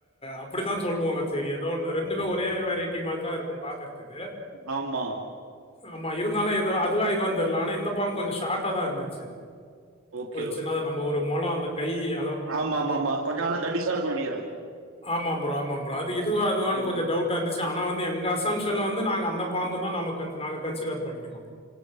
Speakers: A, on the left; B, on the right.
A: அப்டிதா சொல்லுவோ சேரி ஏதோ ஒன்னு ரெண்டுமே ஒரே வெரைட்டி மாரி தா இருக்கும் பாக்கறதுக்கு
B: ஆமா
A: ஆமா இருந்தாலு ஏதோ அதுவா இதுவானு தெரில ஆனா இந்த பாம்பு கொஞ்சோ ஷார்ட்டா தா இருந்துச்சு
B: ஓகே,
A: ஒரு சின்னதா நம்ம ஒரு மொளோ அந்த கைய
B: ஆமா ஆமமா கொஞ்ச ஆனா தடிசா இருக்கு நினைக்குற அது
A: ஆமாாம் ப்ரோ ஆமாம் ப்ரோ அது இதுவா அதுவான
B: ம்.
A: கொஞ்சோ டவுட்டா இருந்துச்சு ஆனா வந்து எங்காஸ் <unintelligible> வந்து நாங்க அந்த பாம்பு தான் நம்ம கன்சி நாங்க கன்சிடர் பண்ணிக்கணோ